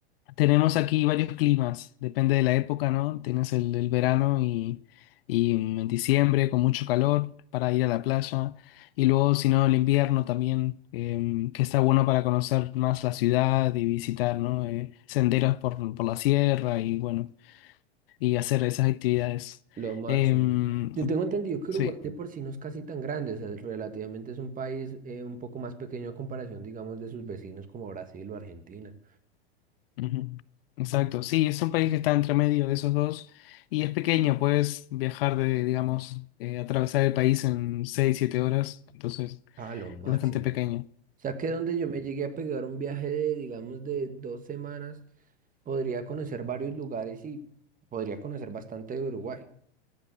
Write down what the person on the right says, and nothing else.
lo máximo.
Yo tengo entendido que
Uruguay de por sí no es casi tan grande, o sea, relativamente es un país eh, un poco más pequeño a comparación, digamos, de sus vecinos como Brasil o Argentina.
Ah, lo máximo.
O sea que donde yo me llegué a pegar un viaje de, digamos, de dos semanas, podría conocer varios lugares y podría conocer bastante de Uruguay.